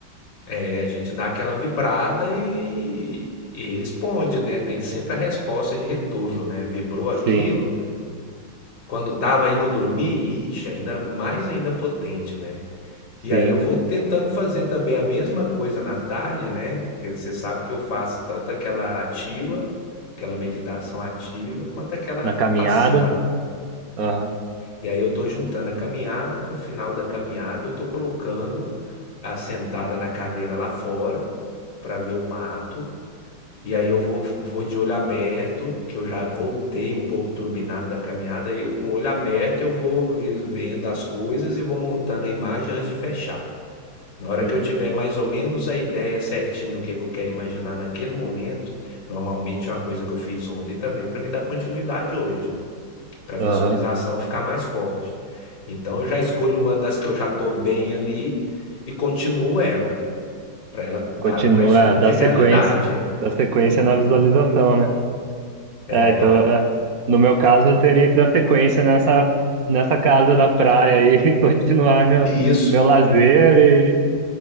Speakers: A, on the left; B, on the right.
A: É, a gente dá aquela vibrada e, e responde, né? Tem sempre a resposta de retorno, né? Vibrou aquilo,
B: Sim,
A: quando estava indo dormir, ixi, ainda mais ainda potente, né? E
B: sim.
A: aí eu vou tentando fazer também a mesma coisa na tarde, né? Porque você sabe que eu faço tanto aquela ativa, aquela meditação ativa, quanto aquela
B: Na caminhada,
A: passiva.
B: aham,
A: E aí eu estou juntando a caminhada com o final da caminhada, eu estou colocando a sentada na cadeira lá fora para ver o mato E aí eu vou, vou de olho aberto, que eu já voltei um pouco turbinado da caminhada, e eu com o olho aberto eu vou vendo as coisas e vou montando a imagem antes de fechar. Na hora
B: sim,
A: que eu tiver mais ou menos a ideia certinha do que eu quero imaginar naquele momento, normalmente é uma coisa que eu fiz ontem também para me dar continuidade hoje, para a
B: aham.
A: visualização ficar mais forte. Então eu já escolho uma das que eu já estou bem ali e continuo ela, para ela dar
B: Continua,
A: mais tom
B: é, dá
A: de realidade.
B: sequência, dá sequência na visualização, né?
A: É,
B: É, então,
A: É, ué.
B: é, no meu caso, eu teria que dar sequência nessa, nessa casa da praia aí, <laughs> e continuar meu,
A: E isso
B: meu lazer e,